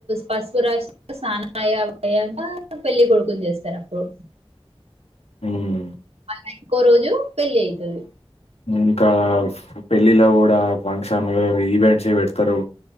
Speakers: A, on the right; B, on the left.
A: పసుపు రాశి స్నానం అవి అయ్యాక పెళ్లి కొడుకుని చేస్తారు అప్పుడు
B: ఉమ్
A: ఆ ఇంకో రోజు పెళ్లి అయితుంది
B: ఇంకా పెళ్ళిలో కూడా ఫంక్షన్ ఈవెంట్స్ పెడతారు